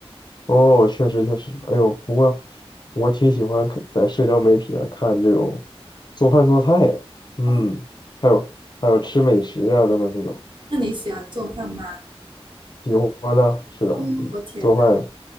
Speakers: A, on the left; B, on the right.
A: 哦，确实确实，哎呦，不过我挺喜欢看在社交媒体上看这种做饭做菜的嗯，
B: 哦，
A: 还有还有吃美食啊等等这种，
B: 那你喜欢做饭吗？
A: 喜欢呢，是的，
B: 哦，
A: 嗯做饭，
B: 我天哪，